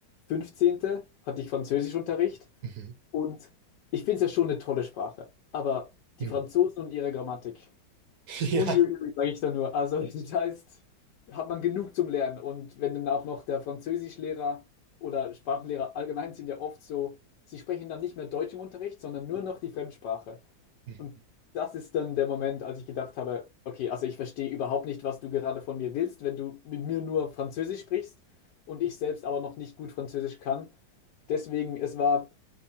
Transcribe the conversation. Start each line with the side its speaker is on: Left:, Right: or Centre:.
Left: fünfzehnte hatte ich Französischunterricht
Right: Mhm.
Left: und ich finde es ja schon eine tolle Sprache. Aber
Right: Mhm.
Left: die Franzosen und ihre Grammatik.
Right: <laughs>
Left: Uiuiui,
Right: Ja.
Left: sage ich da nur. Also <laughs> das heißt, hat man genug zum Lernen. Und wenn dann auch noch der Französischlehrer oder Sprachenlehrer allgemein sind ja oft so, sie sprechen dann nicht mehr Deutsch im Unterricht, sondern nur noch die Fremdsprache.
Right: Mhm.
Left: Und das ist dann der Moment, als ich gedacht habe, okay, also ich verstehe überhaupt nicht, was du gerade von mir willst, wenn du mit mir nur Französisch sprichst und ich selbst aber noch nicht gut Französisch kann. Deswegen, es war